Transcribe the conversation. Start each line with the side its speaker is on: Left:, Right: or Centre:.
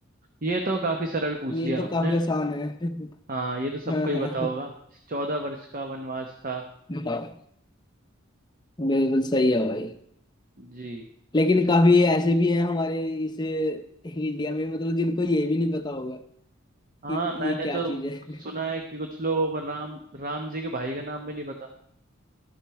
Right: ये तो काफी सरल पूछ
Left: ये
Right: लिया
Left: तो
Right: आपने
Left: काफी आसान है <laughs>
Right: हाँ ये तो सबको
Left: हाँ
Right: ही
Left: हाँ
Right: पता होगा चौदह वर्ष का वनवास था
Left: बताओ बिल्कुल सही है भाई
Right: जी
Left: लेकिन काफी ऐसे भी हैं हमारे इस इंडिया में मतलब जिनको ये भी नहीं पता होगा
Right: हाँ
Left: कि
Right: मैंने
Left: ये क्या
Right: तो
Left: चीज है
Right: सुना है कि कुछ लोगों को राम राम जी के भाई का नाम भी नहीं पता